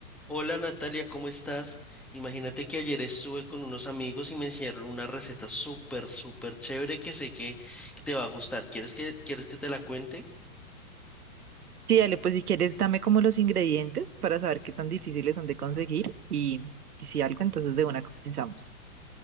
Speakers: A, in the centre; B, on the right.
A: Hola Natalia, ¿cómo estás? Imagínate que ayer estuve con unos amigos y me enseñaron una receta súper, súper chévere que sé que te va a gustar. ¿Quieres que, quieres que te la cuente?
B: Sí, dale, pues si quieres, dame como los ingredientes para saber qué tan difíciles son de conseguir y, y si algo, entonces de una comenzamos.